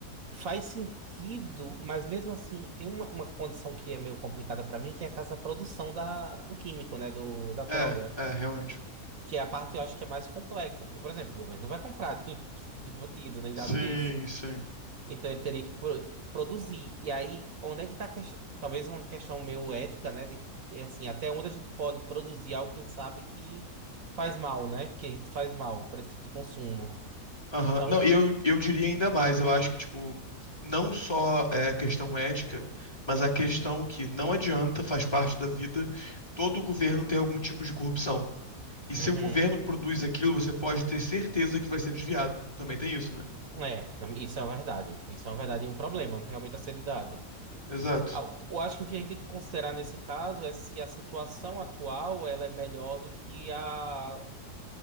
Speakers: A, on the right (about 60°); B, on the left (about 15°).
A: Faz sentido, mas mesmo assim, tem uma, uma condição que é meio complicada pra mim, que é a casa da produção da, do químico, né? Do, da droga.
B: É, é, realmente.
A: Que é a parte eu acho que é mais complexa. Porque, por exemplo, o governo não vai comprar <laughs> de, de bandido, nem nada
B: Sim,
A: disso.
B: sim.
A: Então ele teria que pro- produzir. E aí, onde é que tá a questão? Talvez uma questão meio ética, né? De, é assim, até onde a gente pode produzir algo que a gente sabe que faz mal, né? Que a gente faz mal para esse tipo de consumo.
B: Aham.
A: Então,
B: Não, e eu, eu diria ainda mais, eu acho que, tipo, não só é a questão ética, mas a questão que não adianta, faz parte da vida, todo governo tem algum tipo de corrupção. E se
A: uhum.
B: o governo produz aquilo, você pode ter certeza que vai ser desviado. Também tem isso, né?
A: É, isso é uma verdade. Isso é uma verdade e um problema, realmente a ser lidado.
B: Exato.
A: Ah, Eu acho que o que a gente tem que considerar nesse caso é se a situação atual ela é melhor do que a